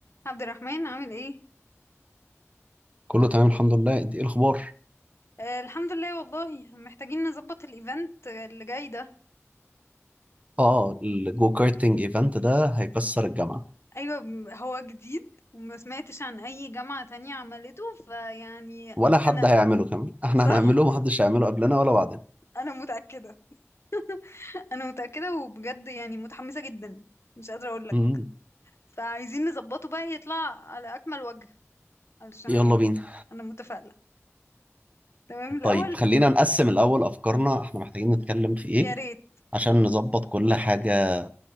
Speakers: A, on the left; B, on the right.
A: عبد الرحمن عامل ايه؟
B: كله تمام الحمد لله انت ايه الاخبار
A: آه الحمد لله والله محتاجين نظبط الايفنت اللي جاي ده
B: اه الجو كارتنج ايفنت ده هيكسر الجامعه
A: ايوه م- هو جديد وما سمعتش عن اي جامعة تانية عملته فيعني
B: ولا حد
A: انا
B: هيعمله كمان <laughs> احنا
A: صح
B: هنعمله محدش هيعمله قبلنا ولا بعدنا
A: انا متأكدة <laughs> انا متأكدة وبجد يعني متحمسة جدا مش قادرة اقول لك
B: امم
A: فعايزين نظبطه بقى يطلع على اكمل وجه علشان
B: يلا بينا
A: انا متفائلة تمام الاول
B: طيب خلينا نقسم الاول افكارنا احنا محتاجين نتكلم في ايه
A: يا ريت
B: عشان نظبط كل حاجه